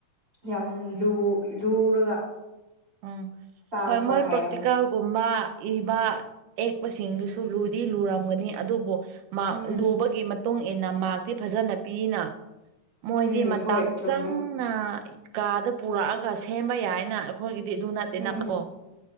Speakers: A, on the right (about 25°); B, on the right (about 80°).
A: ꯌꯥꯝ
B: ꯎꯝ
A: ꯂꯨꯔꯒ
B: ꯎꯝ
A: ꯇꯥꯡꯕ
B: ꯍꯣꯏ ꯃꯣꯏ
A: ꯍꯥꯏ
B: ꯄꯥꯔꯛꯇꯤꯀꯦꯜ
A: ꯑꯃꯨꯛ
B: ꯒꯨꯝꯕ ꯏꯕ ꯑꯦꯛꯄꯁꯤꯡꯗꯨꯁꯨ ꯂꯨꯗꯤ ꯂꯨꯔꯝꯒꯅꯤ ꯑꯗꯨꯕꯨ ꯃꯥꯔ
A: ꯎꯝ
B: ꯂꯨꯕꯒꯤ ꯃꯇꯨꯡ ꯏꯟꯅ ꯃꯥꯔꯛꯇꯤ ꯐꯖꯅ ꯄꯤꯅ ꯃꯣꯏꯗꯤ
A: ꯎꯝ
B: ꯃꯇꯝ
A: ꯍꯣꯏ ꯆꯨꯝꯃꯦ
B: ꯆꯪꯅ ꯀꯥꯗ ꯄꯨꯔꯛꯑꯒ ꯁꯦꯝꯕ ꯌꯥꯏꯅ ꯑꯩꯈꯣꯏꯒꯤꯗꯤ ꯑꯗꯨ ꯅꯠꯇꯦꯅ
A: ꯎꯝ
B: ꯀꯣ